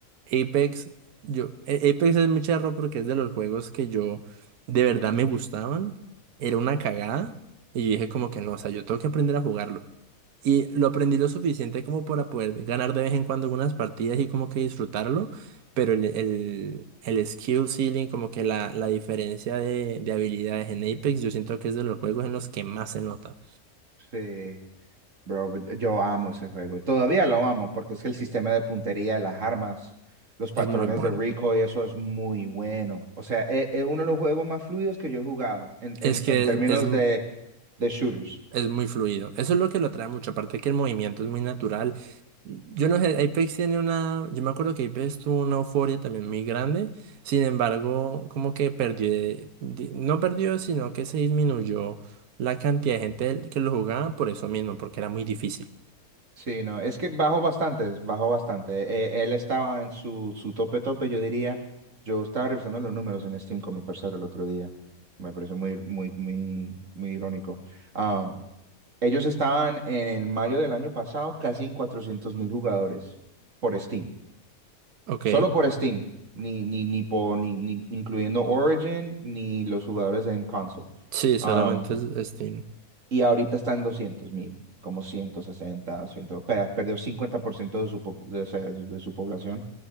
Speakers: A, on the right; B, on the right.
A: Apex, yo, A- Apex es muy charro porque es de los juegos que yo de verdad me gustaban. Era una cagada. Y yo dije como que no, o sea, yo tengo que aprender a jugarlo. Y lo aprendí lo suficiente como para poder ganar de vez en cuando algunas partidas y como que disfrutarlo. Pero el, el, el skill ceiling, como que la, la diferencia de, de habilidades en Apex, yo siento que es de los juegos en los que más se nota.
B: Sí, bro, yo amo ese juego. Todavía lo amo porque es que el sistema de puntería, las armas, los patrones
A: Es muy bueno.
B: de recoil, eso es muy bueno. O sea, es, es uno de los juegos más fluidos que yo he jugado en, en,
A: Es que
B: en términos
A: es,
B: de, de shooters.
A: Es muy fluido. Eso es lo que lo atrae mucho. Aparte que el movimiento es muy natural. Yo no sé, Apex tiene una. Yo me acuerdo que Apex tuvo una euforia también muy grande. Sin embargo, como que perdió. de- di- No perdió, sino que se disminuyó la cantidad de gente que lo jugaba por eso mismo, porque era muy difícil.
B: Sí, no, es que bajó bastante, bajó bastante. Eh, él estaba en su, su tope tope, yo diría. Yo estaba revisando los números en Steam con mi parcero el otro día. Me pareció muy, muy, muy, muy irónico. Am, ellos estaban en mayo del año pasado casi en cuatrocientos mil jugadores por Steam.
A: Ok.
B: Solo por Steam, ni, ni, ni, por, ni, ni incluyendo Origin ni los jugadores en console.
A: Sí, solamente
B: Ah,
A: el Steam.
B: y ahorita está en 200 mil, como 160, 100, pe- perdió 50% de su, po- de, o sea, de su población